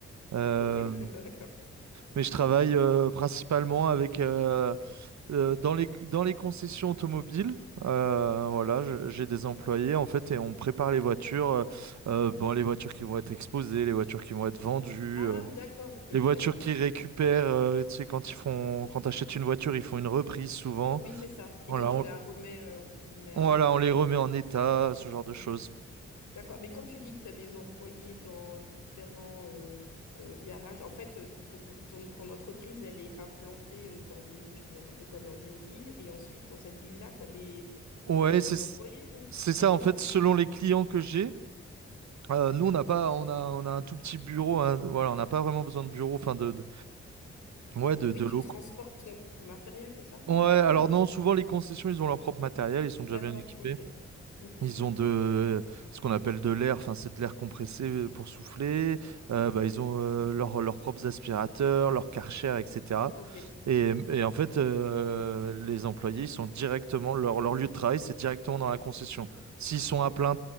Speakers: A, on the right; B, on the left.
A: Euh,
B: Ok, <laughs> d'accord.
A: mais je travaille euh, principalement avec. euh, Euh, dans les, dans les concessions automobiles, euh, voilà, je- j'ai des employés en fait et on prépare les voitures, euh, euh, bon, les voitures qui vont être exposées, les voitures qui vont être vendues,
B: Ah,
A: euh,
B: d'accord, ok,
A: les voitures
B: d'accord.
A: qui récupèrent, euh, tu sais, quand ils font, quand t'achètes une voiture, ils font une reprise souvent.
B: Oui, c'est ça. Et
A: Voilà,
B: toi, tu
A: on,
B: la remets, euh, entre guillemets, à
A: on-
B: neuf
A: voilà, on
B: pour...
A: les remet
B: euh,
A: en état, ce genre de
B: je-
A: choses.
B: D'accord. Mais quand tu dis que tu as des employés dans différents euh, euh, garages, en fait, euh, t- t- ton, ton entreprise, elle est implantée euh, dans une, je dis n'importe quoi, dans une ville. Et ensuite, dans cette ville-là, tu as des,
A: On-
B: t'as des
A: ouais, c'est
B: employés ou...
A: c'est ça
B: Ouais, c'est
A: en
B: ça?
A: fait, selon les clients que j'ai. Euh, nous, on n'a pas, on a, on a un tout petit bureau, hein, voilà, on n'a pas vraiment besoin de bureau, enfin de, de- ouais, de,
B: Oui,
A: de
B: tu
A: locaux.
B: transportes ton, ton matériel, c'est ça, du
A: Ouais, alors
B: coup?
A: non,
B: ou-
A: souvent les concessions, ils ont leur propre matériel, ils sont
B: D'accord,
A: déjà bien équipés.
B: ok. Ok,
A: Ils
B: d'accord.
A: ont de ce qu'on appelle de l'air, enfin c'est de l'air compressé euh, pour souffler. Euh, bah, ils ont euh, leur- leurs propres aspirateurs, leurs Karcher, etc.
B: Ok,
A: Et,
B: je comprends.
A: et en fait, euh, les employés, ils sont directement, leur, leur lieu de travail, c'est directement dans la concession. S'ils sont à plein,